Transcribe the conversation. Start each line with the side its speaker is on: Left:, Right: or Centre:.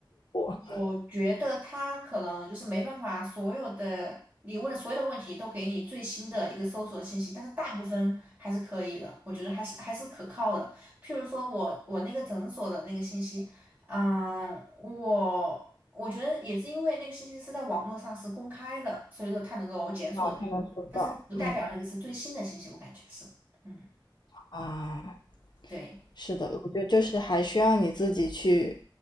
Left: 我
Right: 我觉得他可能就是没办法，所有的你问的所有的问题都给你最新的一个搜索信息，但是大部分还是可以的，我觉得还是还是可靠的。譬如说我我那个诊所的那个信息，嗯，我我觉得也是因为那个信息是在网络上是公开的，所以说它能够检索到，
Left: 啊，他能收到，
Right: 但是不代表那个是最新的信息，
Left: 嗯。
Right: 我感觉是，嗯，
Left: 啊，
Right: 对，
Left: 是的，我觉得就是还需要你自己去